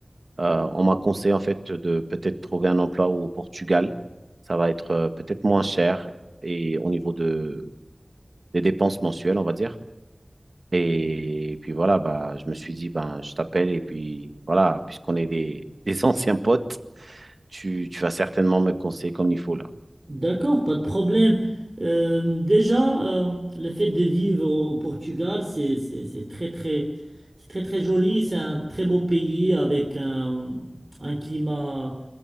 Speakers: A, on the right; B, on the right.
A: euh, on m'a conseillé en fait de peut-être trouver un emploi au Portugal. Ça va être euh, peut-être moins cher et au niveau de, des dépenses mensuelles, on va dire. Et puis voilà, bah, je me suis dit, ben, je t'appelle et puis voilà, puisqu'on est des, <laughs> des anciens potes, tu, tu vas certainement me conseiller comme il faut là.
B: D'accord, pas de problème. Euh, déjà, euh, le fait de vivre au Portugal, c'est c'est- c'est très très c'est très très joli. C'est un très beau pays avec un, un climat